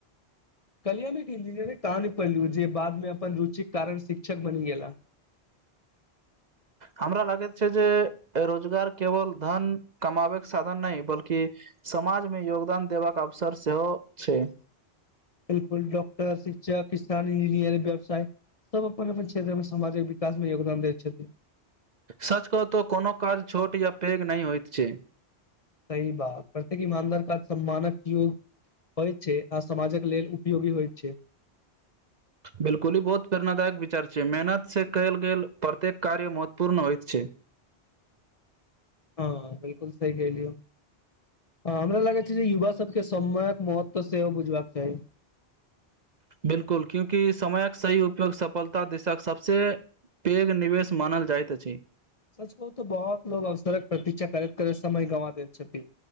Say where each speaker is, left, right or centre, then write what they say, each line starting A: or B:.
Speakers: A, on the left; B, on the right.
A: कल्हि हम एक इंजीनियर के कहानी पढ़लियो जे बाद मे अपन रुचिक कारण शिक्षक बनि गेला।
B: हमरा लागैत छै जे रोजगार केवल धन कमाबै के साधन नहि बल्कि समाज मे योगदान देबाक अवसर सेहो छै।
A: बिलकुल डॉक्टर, शिक्षक, किसान, इंजीनियर, व्यवसाय सब अपन-अपन क्षेत्र मे समाजक विकास मे योगदान दैत छथि।
B: सच कहु तऽ कोनो काज छोट या पैघ नै होएत छै।
A: सही बात प्रत्येक ईमानदार का सम्मानक योग होय छै आ समाजक लेल उपयोगी होय छै।
B: बिलकुल ई बहुत प्रेरणादायक विचार छै, मेहनत से कयल गेल प्रत्येक कार्य महत्वपूर्ण होएत छै।
A: हां बिल्कुल सही कहलियौ। आ हमरा लागै छै जे युवा सबके समयक महत्व सेहो बुझबाक चाही।
B: बिलकुल क्यूंकि समयक सही उपयोग सफलता देशक सबसे पैघ निवेश मानल जाएत अछि।
A: सच कहु तो बहोत लोग अवसरक प्रतीक्षा करैत-करैत समय गवा दैत छथि।